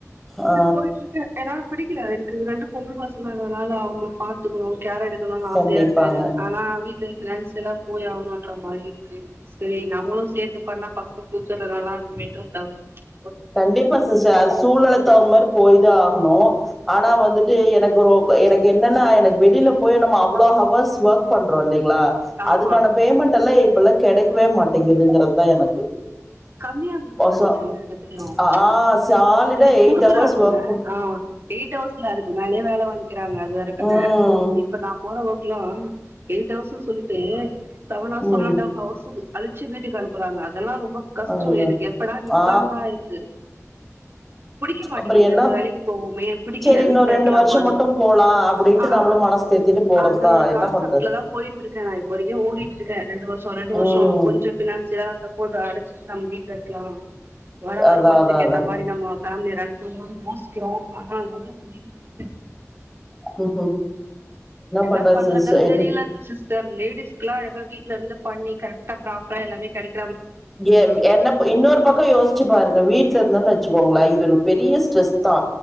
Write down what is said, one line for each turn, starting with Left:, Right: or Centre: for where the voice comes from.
Centre: ஆ
Right: செரி போயிட்டு இருக்கே ஏன்னா பிடிக்கல இது ரெண்டு பொம்புள பசங்கன்றதுனாலே அவ் பத்துக்கணு கேர் எடுக்கணும்ணு
Centre: கண்டிப்பாங்க
Right: ஆசையா இருக்கு ஆனா வீட்டுலயு ஜெண்ஸ்டல்லா போய் ஆகனு ற மாரி இருக்கு செரி நம்மளு சேத்து பண்ண பசங்க பியூச்சர்ல நல்லா இருக்குமேட்டு ஒருதவ
Centre: கண்டிப்பா சிஸ்டர் அது சூழ்நிலைத்த அவர் மாரி போய்தா ஆகணு ஆனா வந்துட்டு எனக்கு ரொம் எனக்கு என்னன்னா எனக்கு வெளியில போய் நம்ம அவ்வளோ ஹவர்ஸ் ஒர்க் பண்றோ இல்லங் ங்களா
Right: ஆமா
Centre: அதுக்கான பேமெண்ட் எல்லா இப்பெல்லா கெடைக்கவே மாட்டேங்குதுங்கறதுதா எனக்கு
Right: கம்மியா குடுக்குறாருங்க
Centre: ஒசோ
Right: எல்லா எடத் திலயு
Centre: ஆ
Right: எல்லா
Centre: சாலிடா
Right: இடத்துலயு
Centre: எயிட்
Right: குடுக்குறாங்கங்க
Centre: ஹவர்ஸ் ஒர்க்
Right: ஆஹ் எயிட் ஹவர்ஸ்லே அதுக்கு மேலே வே களவாணி கிறாங்க அதுவேர கதை
Centre: ம்
Right: இப்ப நா போற ஓக் கிலா எயிட் அவர்ஸ்சுன் சொல்லிட்டு தவனை சேவன்ட்டுஹவர்
Centre: ம்
Right: ஹவர்சுக்கு அழிச்சு வீட்டுக்கு அனுப்புறாங்க அதெல்லா ரொம்ப கஷ்ட
Centre: ஐயோ
Right: எனக்கு எப்படா நி்ப்பதா
Centre: ஆ
Right: இருக்கு புடிக்க மாட்டிங்குது
Centre: அப்புற என்ன
Right: எந்த வேலைக்கு போவோமே பிடிக்கல
Centre: சரி இன்னு
Right: வீட்டுல
Centre: ரெண்டு
Right: இருக்கலாமான்னு
Centre: வருஷ மட்டு
Right: இருக்
Centre: போலா அப்டின்ட்டு
Right: ஆஹ்
Centre: நம்மளு மனசு தேத்திட்டு போறதுதா
Right: அந்த ஒரு
Centre: என்ன
Right: கான்செப்ட்லதா
Centre: பண்றது
Right: போய்ட்டு இருக்கே நா இப்போ வரைக்கு ஓடிட்டு இருக்கே ரெண்டு வருஷ ரெண்டு வருஷ
Centre: ம்
Right: கொஞ்ச பினான்சியலா சப்போட் அடச்சு நம்ம வீட்டு்ல இருக்கலா வர வருமானத்துக்கு
Centre: அதா அதா அதா
Right: ஏத்த மாரி நம்ம பேமிலிய ரன் பண்ணணு யோசிக்கிறோ <unintelligible> முடியுமாட்டேங்குது
Centre: ம் ம்
Right: என்ன
Centre: பண்றது
Right: பண்றதுன்னு
Centre: சிஸ்டர் என்ன
Right: தெரியல சிஸ்டர் லேடிஸ்க்லா அழகா வீட்லருந்து பண்ணி கரெக்டா ப்ராப்பரா எல்லாமே கெடைக்
Centre: என என்ன இன்னொரு பக்கம் யோசிச்சு பாருங்க வீட்ல இருந்தன்னுச் ச்சுக்கோங்களே இது ஒரு பெரிய ஸ்ட்ரெஸ் த்தா